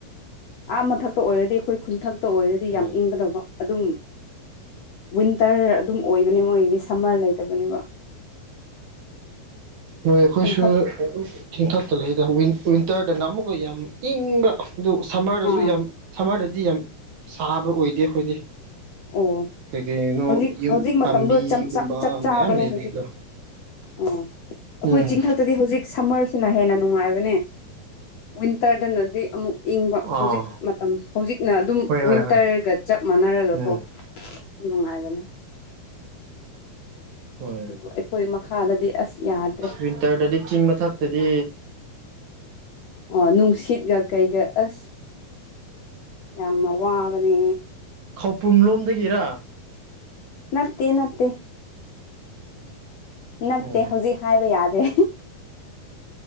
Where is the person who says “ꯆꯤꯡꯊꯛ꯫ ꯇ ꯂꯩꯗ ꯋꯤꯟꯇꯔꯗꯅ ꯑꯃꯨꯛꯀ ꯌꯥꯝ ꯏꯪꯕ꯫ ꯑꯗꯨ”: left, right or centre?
Right